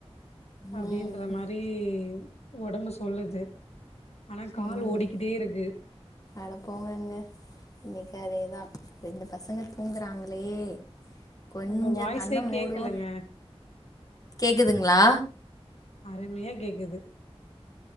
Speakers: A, on the left; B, on the left.
A: அப்டின்
B: ம்
A: ன்ற மாரி ஒடம்பு சொல்லுது ஆனா கால்
B: ம்
A: ஓடிக்கிட்டேருக்கு
B: அட போங்கெங்க இன்னிக் அதேதா ரெண்டு பசங்க தூங்குறாங்களே கொஞ்சொ
A: உங்க வாய்ஸே
B: கண்ண மூடுவோ
A: கேக்கலங்க
B: கேக்கல கேக் கேக்குதுங்ளா
A: அரும்யா கேக்குது